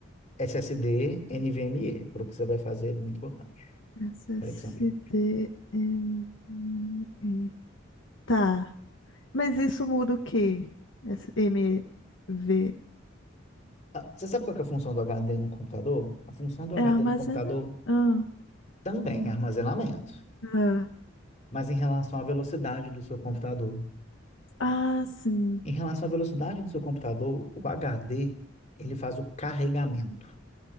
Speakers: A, on the left; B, on the left.
A: SSD, NVMe, para o que você vai fazer é muito importante.
B: SSDMVI.
A: Conexão de-
B: Tá. Mas isso muda o quê? Esse M V
A: Ah, você sabe qual que é a função do HD no computador? A função do HD
B: É armazenamento.
A: no computador
B: Ah,
A: também é armazenamento,
B: tá.
A: mas em relação à velocidade do seu computador.
B: Ah, sim.
A: Em relação à velocidade do seu computador, o HD, ele faz o carregamento.